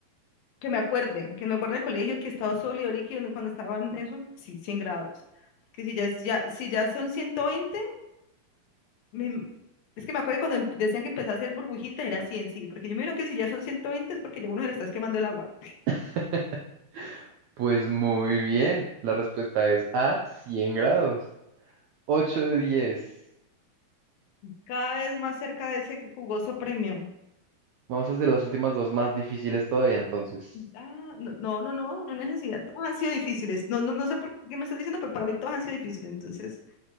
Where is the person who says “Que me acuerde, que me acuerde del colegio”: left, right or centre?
Left